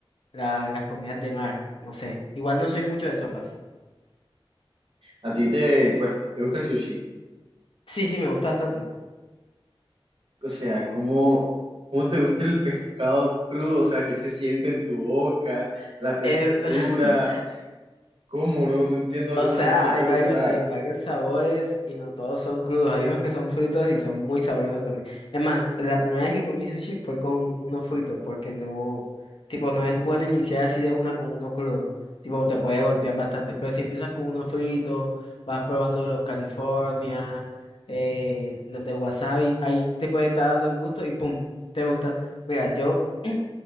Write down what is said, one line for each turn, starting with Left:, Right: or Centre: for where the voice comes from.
Left: la- las comidas de mar, no sé. Igual no soy mucho de sopas.
Right: ¿A ti te, pues, te gusta el sushi?
Left: Sí, sí, me gusta bastante.
Right: o sea, cómo, cómo te gusta el pescado crudo, o sea, qué se siente en tu boca, la textura,
Left: Eh, <laughs>
Right: cómo, no, no entiendo
Left: O
Right: cómo
Left: sea,
Right: a la gente le
Left: hay
Right: puede
Left: varios,
Right: gustar.
Left: hay varios sabores y no todos son crudos. Hay unos que son fritos y son muy sabrosos también. Es más, la primera vez que comí sushi fue con uno frito, porque no, tipo, no es bueno iniciar así de una con uno crudo. Tipo, te puede golpear bastante. Pero si empiezas con uno frito, vas probando los California, eh, los de wasabi, ahí te puede estar dando el gusto y pum, te gusta. Mira, yo <clears throat>